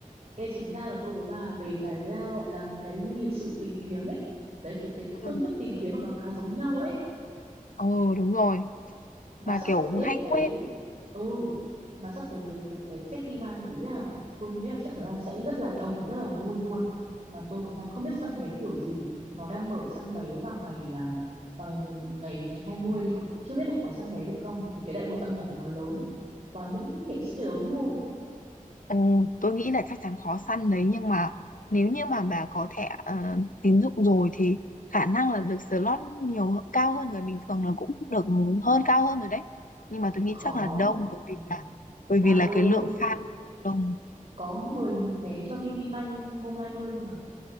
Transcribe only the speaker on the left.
ừ.
ừ đúng rồi
mà
kiểu
hay
quên
Ừ, tôi nghĩ là chắc chắn khó săn đấy nhưng mà nếu như mà bà có thẻ ờ, tín dụng rồi thì khả năng là được slot nhiều h- cao hơn người bình thường là cũng được hơn cao hơn rồi đấy nhưng mà tôi
nghĩ
chắc là đông bởi
vì là bởi
vì là
cái lượng fan đông